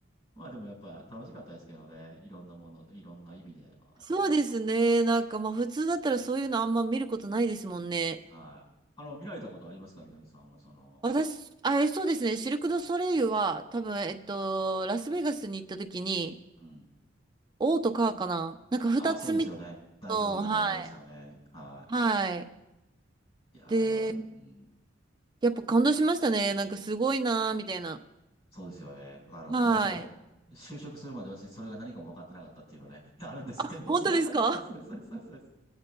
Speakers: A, on the left (about 30°); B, on the right (about 25°).
A: まあでもやっぱ楽しかったですけどね、いろんなもの、いろんな意味で、ああそこは。
B: そうですね。なんかまあ普通だったらそういうのあんま見ることないですもんね。
A: はい。あの、見られたことありますかみのりさんは、その、
B: 私、あ、えそうですね。シルク・ドゥ・ソレイユは多分、えっと、ラスベガスに行った時に、
A: うん。
B: 王とカーかな。なんか二つ見た
A: ああ、そうですよね。代表的なものですよね。
B: の、はい。
A: は
B: はい。
A: い。いやー、
B: で、
A: あれは、うん。
B: やっぱ感動しましたね。なんかすごいなーみたいな。
A: そうですよね。あの、
B: はい。
A: 私も、就職するまで私、それが何かも分かってなかったっていうのね、<laughs> あるんですけど、
B: あ本当ですか
A: <laughs> そうです、そうです、そうです、そうです。そうです